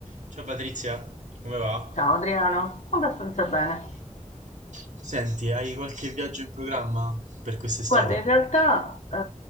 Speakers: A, on the right; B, on the left.
A: Ciao Patrizia, come va?
B: Ciao Adriano, abbastanza bene.
A: Senti, hai qualche viaggio in programma per quest'estate?
B: Guarda, in realtà eh,